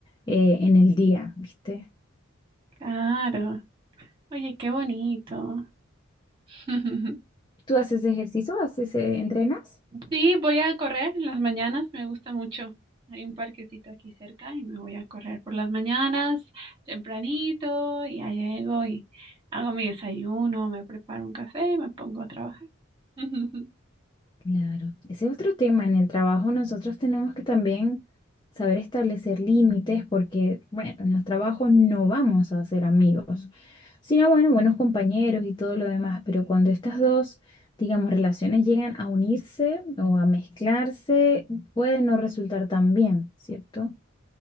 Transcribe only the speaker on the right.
Claro. Oye, qué bonito. <laughs>
Sí, voy a correr en las mañanas, me gusta mucho. Hay un parquecito aquí cerca y me voy a correr por las mañanas, tempranito, y ya llego y hago mi desayuno, me preparo un café y me pongo a trabajar. <laughs>